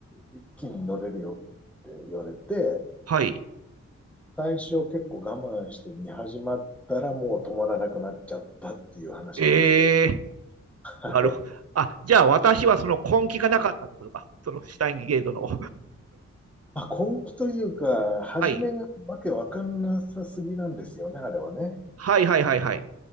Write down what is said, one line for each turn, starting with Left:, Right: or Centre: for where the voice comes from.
Centre: 一気に乗れるよって言われて、
Right: はい。
Centre: 最初結構我慢して見始まったらもう止まらなくなっちゃったっていう話なんですけど、
Right: えー、
Centre: <laughs> はい。
Right: なるほど。あ、じゃあ私はその根気がなかったってことか。そのシュタインゲートの。
Centre: まあ、根気というか、初めがわけわかんなさすぎなんですよね、
Right: <laughs> はい。
Centre: あれはね。
Right: はいはいはいはい。